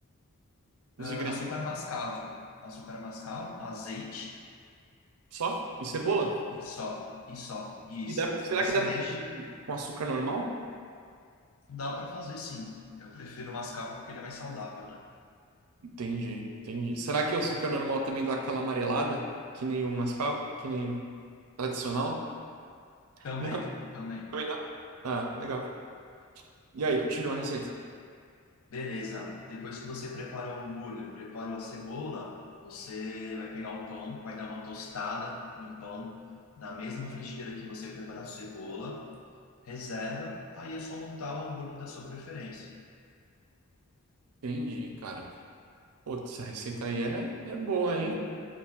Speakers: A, on the right (about 85°); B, on the left (about 70°).
A: Os
B: Ah,
A: ingredientes
B: açúcar mascavo. Açúcar mascavo, azeite
A: só? E cebola?
B: e só, e só, e isso.
A: E dá, será
B: Aí você
A: que dá pra
B: deixa.
A: fazer com com açúcar normal?
B: Dá pra fazer sim. Eu prefiro o mascavo porque ele é mais saudável, né?
A: Entendi, entendi. Será que o açúcar normal também dá aquela amarelada? Que nem o mascavo, que nem tradicional?
B: Também,
A: Nunca
B: também.
A: também dá. Ah, legal. E aí, continua a receita.
B: Beleza. Depois que você preparou o hambúrguer, preparou a cebola, você vai pegar o pão, vai dar uma tostada no pão, na mesma frigideira que você preparar a cebola, reserva, aí é só montar o hambúrguer da sua preferência.
A: Entendi, cara. Putz, essa receita aí é, é boa, hein?